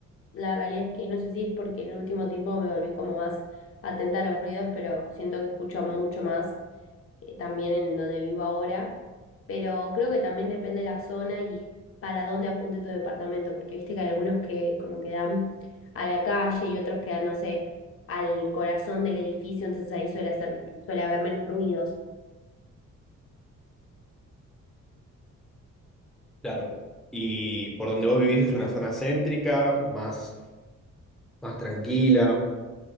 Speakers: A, on the left; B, in the centre.
A: la realidad es que no sé si es porque en el último tiempo me volví como más atenta a los ruidos, pero siento que escucho mucho más eh, también en donde vivo ahora, pero creo que también depende la zona y para dónde apunte tu departamento, porque viste que hay algunos que como que dan a la calle y otros que dan, no sé, al corazón del edificio, entonces ahí suele hacer, suele haber menos ruidos.
B: Claro. ¿Y por donde vos vivís es una zona céntrica, más, más tranquila?